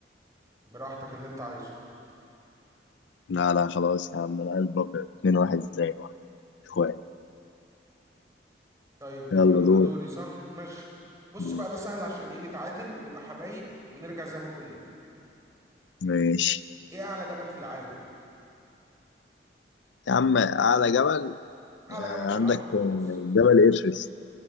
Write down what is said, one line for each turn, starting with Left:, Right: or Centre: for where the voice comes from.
Right: براحتك اللي انت عايزه
Left: لا لا خلاص يا عم انا قلب أبيض. اتنين واحد زي واحد اخوان
Right: طيب اتفقنا
Left: يلا دور
Right: ده دوري صح ماشي بص
Left: آه،
Right: بقى ده سهل عشان ايه نتعادل ونبقى حبايب ونرجع زي ما كنا
Left: ماشي
Right: ايه اعلى جبل في العالم
Left: يا عم أعلى جبل
Right: اعلى
Left: آه،
Right: جبل في
Left: عندك
Right: العالم
Left: آه،
Right: خالص
Left: جبل إيفرست